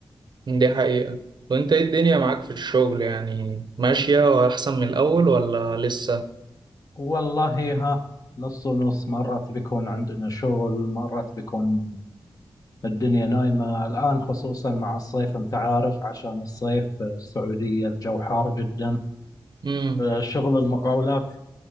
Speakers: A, on the right; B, on the left.
A: دي حقيقة وأنت إيه الدنيا معاك في الشغل يعني ماشية وأحسن من الأول ولا لسه؟
B: والله ها نص ونص مرات بيكون عندنا شغل مرات بيكون الدنيا نايمة الآن خصوصا مع الصيف أنت عارف عشان الصيف في السعودية الجو حار جدا
A: امم
B: فشغل المقاولات